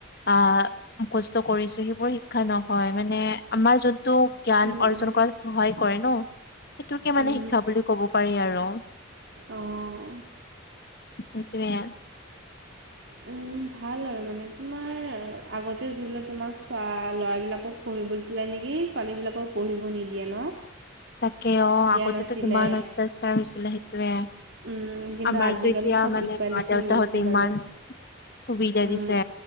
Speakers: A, on the left; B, on the right.
A: আহ, মুখস্থ কৰিছো সেইবোৰ শিক্ষা নহয় মানে আমাৰ যোনতটো জ্ঞান
B: উম,
A: অৰ্জন
B: উম,
A: কৰা। সহায় কৰে ন' সেইটোকে মানে
B: উম,
A: শিক্ষা বুলি কব পাৰি আৰু।
B: অঁ
A: সেইতোৱে।
B: উম, ভাল আৰু মানে তোমাৰ আগতে ধৰিলোৱা তোমাক চোৱা ল'ৰাবিলাক কো পঢ়িব দিছিলে নেকি ছোৱালীবিলাকক পঢ়িব নিদিয়ে ন।
A: তাকে অ'
B: জ্ঞান
A: আগতেতো
B: আছিলে
A: কিমান অত্যাচাৰ হৈছিলে সেইটোয়ে।
B: উম, কিন্তু
A: আমাৰ
B: আজিকালি
A: তো এতিয়া
B: চব
A: মানে
B: ইকুৱেলিটি
A: মা দেউতা
B: হৈ গৈছে
A: হতে
B: বাৰু
A: ইমান সুবিধা
B: উম,
A: দিছে।